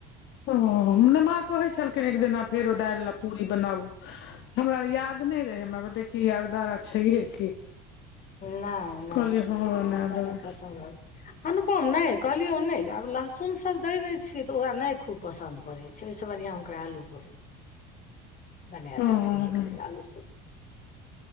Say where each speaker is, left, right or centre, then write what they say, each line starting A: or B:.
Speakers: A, on the left; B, on the left.
A: ओ नैय माँ कहै छलखिन एक दिना फेर ओ दाइल लऽ पूरी बनाउ हमरा याद नय रहै हमरा भेले कि अरदारा छैहे की
B: नय नय
A: कहलियै हँ बना
B: अरदारारा
A: देबै
B: खतम भऽ अनुपम नय कहलियौ नय जे आब लहसुन सब देय ने छियै तऽ ओकरा नय खूब पसंन्द पड़ै। छै ओहिसँ बढ़िआँ ओकरा आलू पूड़ी
A: <inaudible>
B: बनै
A: हँ
B: दने रहियै एक दिन पुरी